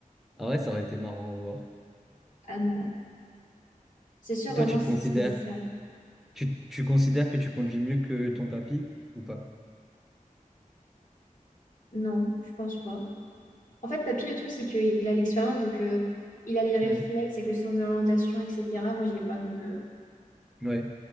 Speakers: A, in the centre; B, on the left.
A: ah ouais ça aurait été marrant à voir.
B: Ah non, c'est sûr vraiment,
A: Toi, tu te
B: c'est
A: considères
B: sérieux.
A: Tu, tu considères que tu conduis mieux que ton papy ou pas?
B: Non, je pense pas. En fait, papy, le truc, c'est qu'il a l'expérience, donc euh, il a les réflexes
A: Hmm.
B: avec le sens de l'orientation, etc. Moi, je l'ai pas, donc... euh,
A: Ouais.